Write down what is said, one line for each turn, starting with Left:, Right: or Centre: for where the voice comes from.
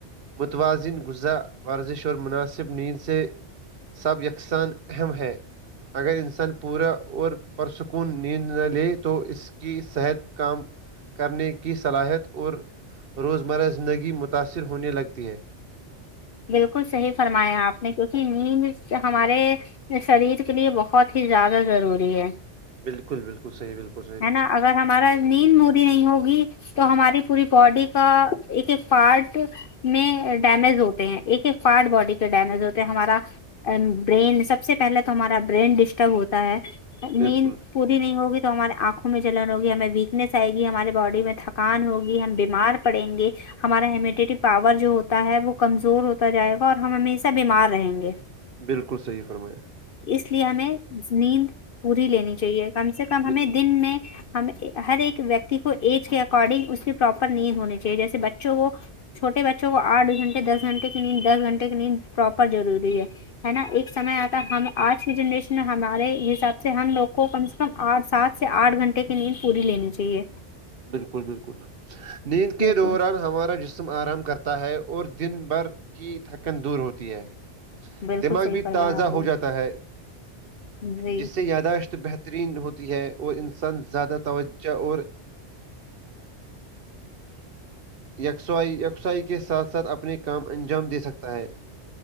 Right: متوازن غذا ورزش اور مناسب نیند سے سب یکساں اہم ہے اگر انسان پورا اور پرسکون نیند نہ لے تو اس کی صحت کام کرنے کی صلاحیت اور روزمرہ زندگی متاثر ہونے لگتی ہے
Left: بالکل صحیح فرمایا آپ نے کیونکہ نیند سے ہمارے یہ شریر کے لیے بہت ہی زیادہ ضروری ہے
Right: بالکل بالکل صی بالکل صحی
Left: ہے نا اگر ہمارا نیند مودی نہیں ہوگی تو ہماری پوری باڈی کا ایک ایک پارٹ میں ڈیمیج ہوتا ہیں ایک ایک پارٹ باڈی کے ڈیمیج ہوتے ہیں ہمارا برین سب سے پہلے تو ہمارا برین ڈسٹرب ہوتا ہے مین
Right: بالکل
Left: پوری نہیں ہوگی تو ہمارے آنکھوں میں جلن ہوگی ہمیں ویکنیس آئے گی ہمارے باڈی میں تھکان ہوگی ہم بیمار پڑیں گے ہمارا ہیمیٹیری پاور جو ہوتا ہے وہ کمزور ہوتا جائے گا اور ہم ہمیشہ بیمار رہیں گے
Right: بالکل صحیح فرمایا
Left: اس لیے ہمیں نیند پوری لینی چاہیے کم سے کم ہمیں
Right: بال-
Left: دن میں ہم ہر ایک ویکتی کو ایج کے اکارڈنگ اس کی پراپر نیند ہونی چاہیے جیسے بچوں کو چھوے بچوں کو آٹھ گھنٹے دس گھنٹے کی نیند دس گھنٹے کی نیند پراپر ضروری ہے ہے نا ایک سمئے آتا ہے ہم آج کی جنریشن میں ہمارے حساب سے ہم لوگ کو کم سے م آٹھ سات سے آٹھ گھنٹے کی نیند پوری لینی چاہیے
Right: بالکل بالکل نیند کے
Left: بالکل
Right: دوران ہمارا جس موسم آرام کرتا ہے اور دن بھر کی تھکن دور ہوتی ہے
Left: بالکل
Right: دماغ
Left: صحیح
Right: بھی
Left: فرمایا
Right: تازہ
Left: آپ نے
Right: ہو جاتا ہے
Left: جی
Right: جس سے یاداشت بہتر ترین ہوتی ہے اور انسان زیادہ توجہ اور یکسوائی یکسائی کے ساتھ ساتھ اپنے کام انجام دے سکتا ہے